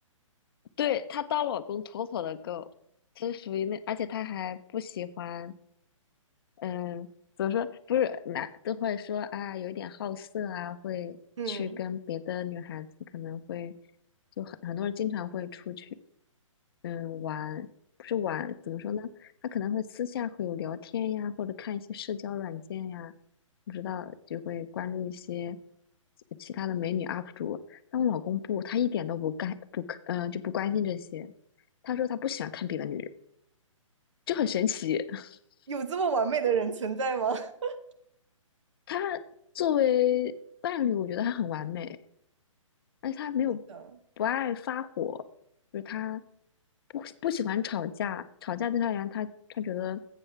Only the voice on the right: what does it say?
<laughs>，嗯，
有这么完美的人存在吗？<laughs>
真的，